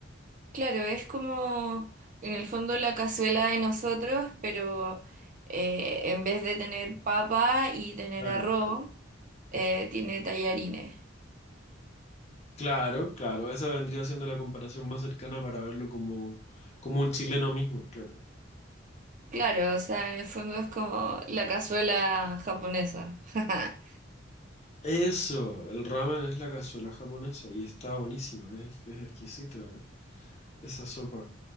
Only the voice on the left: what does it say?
Claro,
claro.
Claro, claro, esa vendría siendo la comparación más cercana para verlo como, como un chileno mismo, claro.
Eso, el ramen es la cazuela japonesa y está buenísima, es, es exquisita esa sopa.